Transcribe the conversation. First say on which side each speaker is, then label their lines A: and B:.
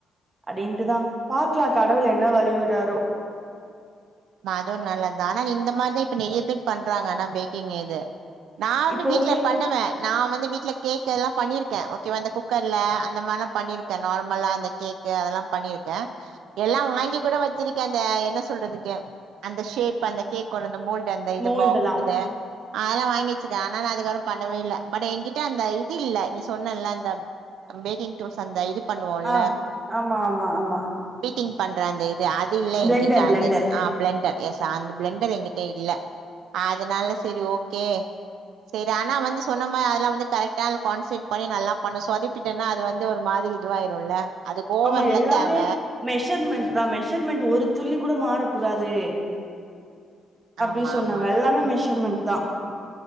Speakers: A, on the right; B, on the right.
A: அடின்ட்டுதா பாக்கலா கடவுள் என்ன வழி விட்றாரோ
B: அதுவு நல்லது தா ஆனா இந்த மாரிதா இப்ப நெறிய பேர் பண்றாங்க ஆனா பேக்கிங் எது நா வந்து
A: இப்பவுமே
B: வீட்ல பண்ணுவ நா வந்து வீட்ல கேக் கெல்லா பண்ணிருக்க ஓகேவா இந்த குக்கர்ல அந்த மாரிலா பண்ணிருக்க நார்மலா அந்த கேக்கு அதெல்லா பண்ணிருக்க எல்லா வாங்கி கூட வச்சிருக்க அந்த என்ன சொல்றதுக்கு அந்த ஷேப் அந்த கேக் ஒட அந்த மோல்டு அந்த இது
A: மோல்டுலா
B: பாக் இது அதெல்லா வாங்கி வச்சுருகே ஆனா நா அதுக்கப்றோ பண்ணவே இல்ல பட் என்கிட்ட அந்த இது இல்ல நீ சொன்னல அந்த பேக்கிங் டோஸ் அந்த இது பண்ணுவோம்ல,
A: அஹ் ஆமா ஆமா ஆமா
B: டிங் பண்ற அந்த இது அது இல்ல
A: பிளெண்டர்
B: ஏகிட்ட
A: பிளெண்டர்
B: அந்த பெலண்டர் எஸ் அந்த பெலண்டர் எ கிட்ட இல்ல அதனால சேரி ஓகே சேரி ஆனா வந்து சொன்ன மாரி அதெல்லா வந்து கரெக்டா கான்சேட் பண்ணி நல்லா பண்ணு சொதப்பிட்டேன்னா அது வந்து ஒரு மாரி இதுவாயிருல்ல அதுக்கு ஓவன்ல
A: ஆமா எல்லாமே
B: தேவ
A: மெஷர்மெண்ட் தா மெஷர்மெண்ட் ஒரு துளி கூட மாற கூடாது அப்டி
B: ஆமா
A: சொன்னாங்க
B: ஆமா
A: எல்லாமே மெஷர்மெண்ட் தா